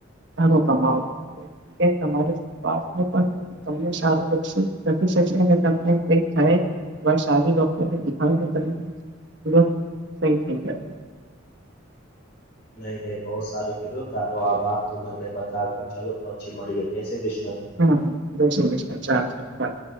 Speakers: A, on the right; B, on the left.
A: કમાવો તમા શસ પણ તમને સારુંખ તમને કક થાય સારી ડોક્ટરને દેખને ત તુરંત સહી થઈ જાય
B: નહી નહી બહ સારી કર્યું તારો આભાર તું મને બતાવ્યો ચાલો પછી મળીએ જય શ્રી કૃષ્ણ
A: હમ જય શષ ચાલ ચ બાય